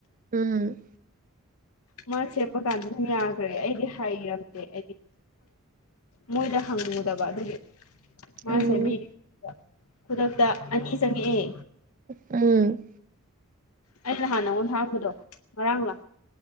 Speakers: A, on the right; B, on the left.
A: ꯎꯝ
B: ꯃꯥ ꯁꯦꯝꯄ ꯀꯥꯟꯗ ꯑꯗꯨꯝ ꯌꯥꯈ꯭ꯔꯦ ꯑꯩꯗꯤ ꯍꯥꯏꯩꯔꯝꯗꯦ ꯑꯩꯗꯤ ꯃꯣꯏꯗ ꯍꯪꯉꯨꯗꯕ ꯑꯗꯨꯒꯤ ꯃꯥ
A: ꯎꯝ
B: ꯆꯕꯤꯔꯤ ꯈꯨꯗꯛꯇ ꯑꯅꯤ ꯆꯪꯉꯛꯑꯦ
A: ꯎꯝ
B: ꯑꯩꯁꯍꯥꯟꯅ ꯑꯩꯉꯣꯟ ꯍꯥꯡꯄꯗꯣ ꯉꯔꯥꯡꯒ